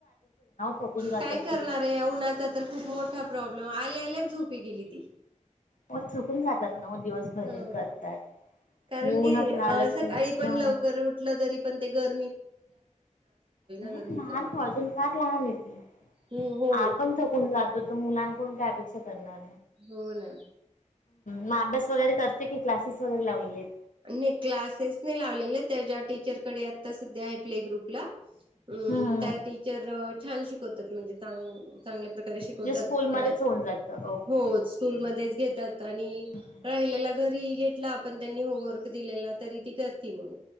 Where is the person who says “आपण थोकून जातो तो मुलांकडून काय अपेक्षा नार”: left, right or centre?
Left